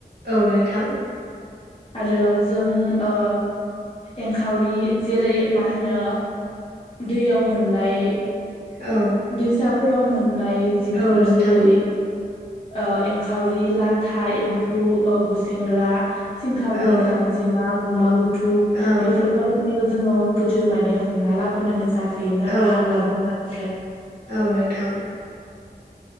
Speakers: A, on the right; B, on the left.
A: औ नोंथां
B: आरो जों ओ एंखावरि जेरै मा होनो दैयाव मोननाय
A: औ
B: दैसाफोराव मोननाय जिब
A: औ
B: जुनार
A: नोंथां
B: जेरै ओ एंखावरि लाथा एम्फौ गुसेेंग्रा सिंखावरि,
A: औ
B: गांजेमा, गुमा गुथुब
A: औ
B: बेफोर बायदि बायदिखौ जोङो गोदो माने हमना लाबोनानै जाफैयोमोन आरो
A: औ
B: हाग्रा बंखानिफ्राय
A: औ नोंथां